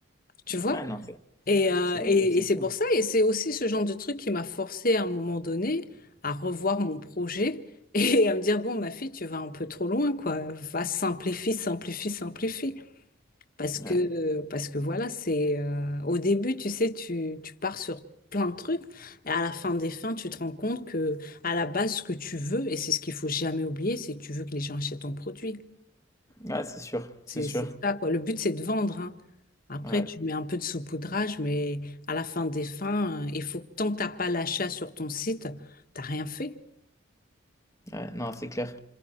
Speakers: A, on the left (about 45°); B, on the left (about 15°).
A: tu vois.
B: Ah non, c'est
A: Et, euh,
B: c'est
A: et,
B: c'est
A: et c'est
B: cool.
A: pour ça, et c'est aussi ce genre de truc qui m'a forcé à un moment donné à revoir mon projet <laughs> et à me dire, bon, ma fille, tu vas un peu trop loin, quoi. Va, simplifie, simplifie, simplifie. Parce
B: Ouais,
A: que, parce que voilà, c'est euh, au début, tu sais, tu, tu pars sur plein de trucs, et à la fin des fins, tu te rends compte que à la base, ce que tu veux, et c'est ce qu'il faut jamais oublier, c'est que tu veux que les gens achètent ton produit.
B: Ouais, c'est sûr, c'est
A: C'est
B: sûr.
A: c'est ça, quoi. Le but, c'est de vendre, hein. Après,
B: Ouais,
A: tu mets un peu de saupoudrage, mais à la fin des fins, euh, il faut que tant que t'as pas l'achat sur ton site, t'as rien fait.
B: ouais, non, c'est clair.